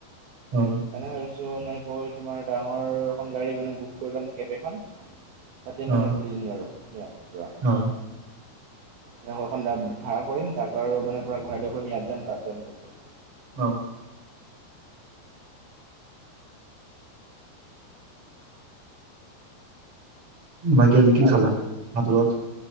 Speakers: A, on the right; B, on the right.
A: অ
B: মানে ভাবিছো। য'নে গৈ তোমাৰ ডাঙৰ এখন গাড়ী মানে বুক কৰি ল'ম কেব এখন। তাতে
A: অ
B: মানে ঘূৰি দিম আৰু ধুনীয়াকৈ পোৰা।
A: অ
B: এনেকুৱা এখন ভাড়া কৰিম তাক আৰু মানে পোৰা ঘূৰাই লৈ ফুৰিম ইয়াত যাম তাত যাম কৈ, কৈ
A: অ'। বাকী আজি কি
B: আৰু
A: খালা ভাতৰ লগত